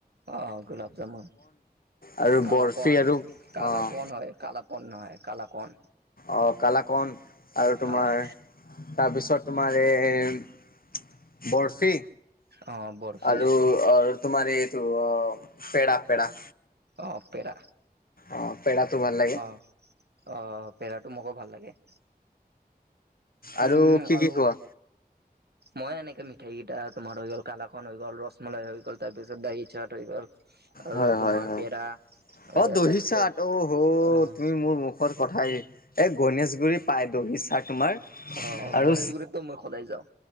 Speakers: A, on the right; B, on the left.
A: অ', গোলাপ জামুন
B: আৰু
A: কালাপন,
B: বৰফি আৰু
A: কালাকন
B: অ',
A: হয়। কালাপন নহয় কালাকন।
B: অ', কালাকন আৰু তোমাৰ
A: অ',
B: তাৰপিছত তোমাৰ এই বৰফি
A: অ', বৰফি
B: আৰু তোমাৰ এইটো অ', পেৰা পেৰা।
A: অ', পেৰা।
B: অ', পেৰাটো ভাল লাগে।
A: অ', অ', পেৰাটো মোকো ভাল লাগে। উম,
B: আৰু কি
A: আৰু
B: কি খোৱা?
A: মই এনেকে মিঠাইকেইটা তোমাৰ হৈ গ'ল, কালাকন হৈ গ'ল, ৰসমলাই হৈ গ'ল, তাৰপিছত দাহি চাট হৈ গ'ল আৰু
B: হয় -
A: তোমাৰ
B: হয় - হয়,
A: পেৰা
B: অ',
A: এ
B: দহি
A: তাৰপিছত
B: চাট অ, হ,
A: অ',
B: তুমি মোৰ মুখ মুখৰ কথা, এই গণেশগুৰি পাই দহি ছাট তোমাৰ
A: অ',
B: আৰু
A: গণেশগুৰিতটো মই সদায় যাওঁ।